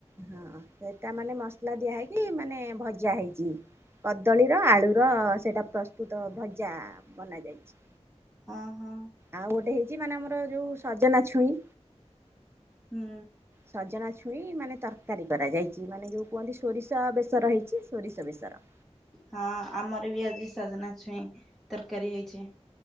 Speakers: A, on the right (about 20°); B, in the centre.
A: ହଁ ସେଟା ମାନେ ମସଲା ଦିଆ ହେଇକି ମାନେ ଭଜା ହେଇଚି। କଦଳୀର ଆଳୁର ସେଇଟା ପ୍ରସ୍ତୁତ ଭଜା ବନା ଯାଇଚି।
B: ଓ ହଁ
A: ଆଉ ଗୋଟେ ହେଇଛି ମାନେ ଆମର ଯୋଉ ସଜନା ଛୁଇଁ।
B: ହୁଁ
A: ସଜନା ଛୁଇଁ ମାନେ ତରକାରୀ କରାଯାଇଛି। ମାନେ ଯୋଉ କୁହନ୍ତି ସୋରିଷ ବେସର ହେଇଛି ସୋରିଷ ବେସର।
B: ହଁ ଆମର ବି ଆଜି ସାଜନା ଛୁଇଁ ତରକାରୀ ହେଇଛି।